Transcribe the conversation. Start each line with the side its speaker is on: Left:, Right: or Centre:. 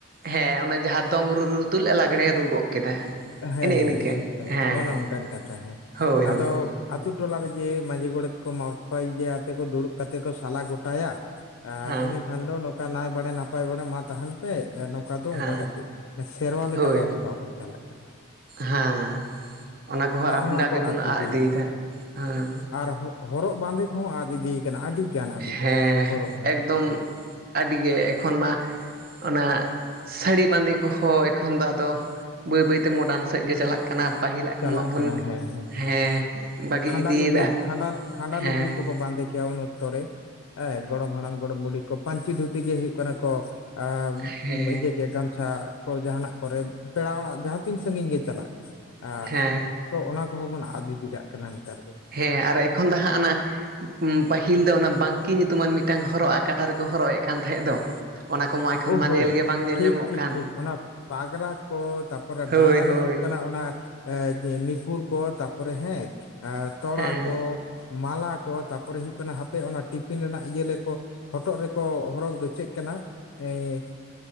Right: ᱦᱮᱸ ᱚᱱᱟ ᱡᱟᱦᱟᱸ ᱫᱚᱝ ᱨᱩ ᱨᱩ ᱛᱩᱞᱩᱡ ᱞᱟᱜᱽᱲᱮ ᱨᱩ ᱜᱚᱫ ᱠᱮᱫᱟ᱾
Left: ᱦᱮᱸ
Right: ᱮᱱᱮ
Left: ᱦᱮᱸ
Right: ᱤᱱᱟᱹᱠᱟ
Left: ᱦᱮᱸ ᱮᱠᱫᱚᱢ
Right: ᱦᱮᱸ
Left: ᱚᱱᱮ
Right: ᱦᱮᱸ
Left: ᱚᱱᱠᱟᱱ ᱠᱟᱛᱷᱟ ᱦᱮᱸ
Right: ᱦᱳᱭ ᱦᱳᱭ
Left: ᱟᱫᱚ
Right: ᱦᱳᱭ
Left: ᱟᱛᱳ ᱴᱚᱞᱟ ᱨᱮ ᱡᱮ ᱢᱟᱹᱡᱷᱤ ᱜᱚᱲᱮᱛ ᱠᱚ ᱱᱟᱯᱟᱭ ᱡᱮ ᱟᱛᱮ ᱠᱚ ᱫᱩᱲᱩᱵ ᱠᱟᱛᱮᱫ ᱠᱚ ᱥᱟᱞᱟ ᱜᱚᱴᱟᱭᱟ᱾
Right: ᱦᱮᱸ
Left: ᱤᱱᱟᱹ ᱠᱷᱟᱱ ᱫᱚ ᱱᱚᱝᱠᱟ ᱱᱟᱭ ᱵᱟᱲᱮ ᱱᱟᱯᱟᱭ ᱵᱟᱲᱮ ᱢᱟ ᱛᱟᱦᱮᱱ ᱯᱮ᱾ ᱱᱚᱝᱠᱟ ᱫᱚ
Right: ᱦᱮᱸ
Left: ᱚᱱᱠᱟ ᱠᱟᱛᱮᱜ ᱥᱮᱨᱣᱟ ᱞᱮᱠᱟ
Right: ᱦᱳᱭ
Left: ᱫᱚ
Right: ᱦᱳᱭ
Left: ᱟᱫᱚ ᱵᱟᱵᱚᱱ ᱪᱟᱞᱟᱜ᱾ ᱠᱟᱱᱟ
Right: ᱦᱮᱸ ᱚᱱᱟ ᱠᱚᱦᱚᱸ
Left: ᱱᱚᱜᱼᱚ
Right: ᱟᱯᱱᱟ
Left: ᱱᱚᱣᱟ ᱠᱚ
Right: ᱜᱮᱵᱚᱱ
Left: ᱤᱫᱤ
Right: ᱟᱫ ᱤᱫᱤᱭᱮᱫᱟ
Left: ᱠᱟᱱᱟ
Right: ᱦᱮᱸ᱾
Left: ᱟᱨ ᱦᱚᱨᱚᱜ ᱵᱟᱸᱫᱮ ᱠᱚᱦᱚᱸ ᱟᱫ ᱤᱫᱤᱭ ᱠᱟᱱᱟ ᱟᱹᱰᱤ᱾ ᱜᱟᱱ ᱟᱹᱰᱤ
Right: ᱦᱮᱸ
Left: ᱜᱟᱱ ᱦᱚᱨᱚᱜ ᱵᱟᱸᱫᱮ
Right: ᱮᱠᱫᱚᱢ ᱟᱹᱰᱤᱜᱮ ᱮᱠᱷᱚᱱ ᱢᱟ ᱚᱱᱟ ᱥᱟᱹᱲᱤ ᱵᱟᱸᱫᱮ ᱠᱚᱦᱚᱸ ᱮᱠᱷᱚᱱ ᱫᱚ ᱟᱫᱚ ᱵᱟᱹᱭ ᱵᱟᱹᱭᱛᱮ ᱢᱳᱰᱟᱨᱱ ᱥᱮᱫ ᱜᱮ ᱪᱟᱞᱟᱜ ᱠᱟᱱᱟ ᱯᱟᱹᱦᱤᱞᱟᱜ
Left: ᱪᱟᱞᱟᱜ
Right: ᱠᱚᱢᱟ ᱵᱚᱱ
Left: ᱠᱟᱱᱟ ᱦᱮᱸ ᱦᱮᱸ᱾
Right: ᱦᱮᱸ ᱵᱟᱹᱜᱤ
Left: ᱠᱷᱟᱸᱰᱟ
Right: ᱤᱫᱤᱭᱮᱫᱟ᱾
Left: ᱞᱩᱜᱽᱲᱤᱡ ᱠᱷᱟᱸᱰᱟ ᱠᱷᱟᱸᱰᱟ
Right: ᱦᱮᱸ
Left: ᱞᱩᱜᱽᱲᱤ ᱠᱚᱠᱚ ᱵᱟᱸᱫᱮᱭᱟ ᱩᱱ ᱚᱠᱛᱚ ᱨᱮ ᱦᱮᱸ ᱜᱚᱲᱚᱢ ᱦᱟᱲᱟᱢ ᱜᱚᱲᱚᱢ ᱵᱩᱰᱷᱤ ᱠᱚ ᱯᱟᱹᱧᱪᱤ ᱫᱷᱩᱛᱤ ᱜᱮ ᱦᱩᱭᱩᱜ ᱠᱟᱱᱟ ᱠᱚ᱾ ᱟᱨ <unintelligible>
Right: ᱦᱮᱸ
Left: ᱠᱚ ᱜᱟᱢᱪᱷᱟ ᱠᱚ ᱡᱟᱦᱟᱱᱟᱜ ᱠᱚᱨᱮ ᱯᱮᱲᱟ ᱚᱲᱟᱜ ᱡᱟᱦᱟᱸ ᱛᱤᱱ ᱥᱟᱺᱜᱤᱧ ᱜᱮ ᱪᱟᱞᱟᱜ᱾ ᱟᱨ
Right: ᱦᱮᱸ
Left: ᱛᱚ ᱚᱱᱟ ᱠᱚᱦᱚᱸ ᱵᱚᱱ ᱟᱫ ᱤᱫᱤ ᱠᱟᱜ ᱠᱟᱱᱟ ᱱᱮᱛᱟᱨ ᱫᱚ᱾
Right: ᱦᱮᱸ ᱟᱨ ᱮᱠᱷᱚᱱ ᱫᱚ ᱦᱟᱸᱜ ᱚᱱᱟ ᱯᱟᱹᱦᱤᱞ ᱫᱚ ᱚᱱᱟ ᱵᱟᱝᱠᱤ ᱧᱩᱛᱩᱢᱟᱱ ᱢᱤᱫᱴᱟᱝ ᱦᱚᱨᱚᱜᱼᱟ ᱠᱟᱴᱟ ᱨᱮᱠᱚ ᱦᱚᱨᱚᱜ ᱮᱫ ᱠᱟᱱ ᱛᱟᱦᱮᱸᱫ ᱫᱚ᱾ ᱚᱱᱟ ᱠᱚᱢᱟ ᱮᱠᱷᱚᱱ
Left: ᱚᱦᱳ
Right: ᱢᱟ ᱧᱮᱞ ᱜᱮ ᱵᱟᱝ ᱧᱮᱞ
Left: ᱴᱷᱤᱠ
Right: ᱧᱟᱢᱚᱜ
Left: ᱴᱷᱤᱠ
Right: ᱠᱟᱱ
Left: ᱴᱷᱤᱠ ᱚᱱᱟ ᱯᱟᱜᱽᱨᱟ ᱠᱚ ᱛᱟᱯᱚᱨ ᱛᱟᱨᱯᱚᱨᱮ
Right: ᱦᱳᱭ
Left: ᱰᱟᱸᱰᱟ ᱨᱮ
Right: ᱦᱳᱭ
Left: ᱦᱩᱭᱩᱜ ᱠᱟᱱᱟ ᱚᱱᱟ ᱮ ᱡᱮ ᱱᱤᱯᱷᱯᱩᱨ ᱠᱚ ᱛᱟᱯᱚᱨᱮ ᱦᱮᱸ ᱛᱚᱲᱟ
Right: ᱦᱮᱸ
Left: ᱠᱚ᱾ ᱢᱟᱞᱟ ᱠᱚ ᱛᱟᱯᱚᱨᱮ ᱦᱩᱭᱩᱜ ᱠᱟᱱᱟ ᱦᱟᱯᱮ ᱚᱱᱟ ᱴᱤᱯᱤᱱ ᱨᱮᱱᱟᱜ ᱤᱭᱟᱹ ᱞᱮ ᱠᱚ ᱦᱚᱴᱚᱜ ᱨᱮᱠᱚ ᱦᱚᱨᱚᱜ ᱫᱚ ᱪᱮᱫ ᱠᱟᱱᱟ? ᱮ